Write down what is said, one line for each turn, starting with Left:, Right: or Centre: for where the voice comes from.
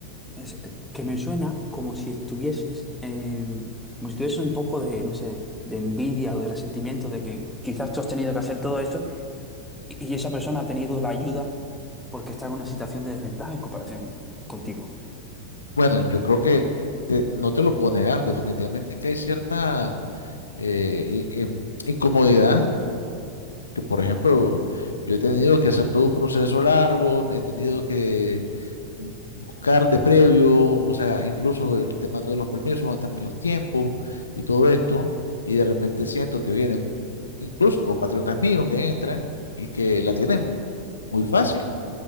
Centre: es- que me suena como si estuvieses, eh, como si tuvieses un poco de, no sé, de envidia o de resentimiento de que quizás tú has tenido que hacer todo esto y y esa persona ha tenido la ayuda porque está en una situación de desventaja en comparación contigo.
Left: bueno, yo creo que te- no te lo puedo negar, definitivamente que hay cierta eh, i- em, incomodidad, que por ejemplo, yo he tenido que hacer todo un proceso largo, me he tenido que buscar de previo, o sea, incluso el tema de todos los permisos, aguantarme los tiempos y todo esto, y de repente siento que vienen incluso compatriotas míos que entran y que la tienen muy fácil.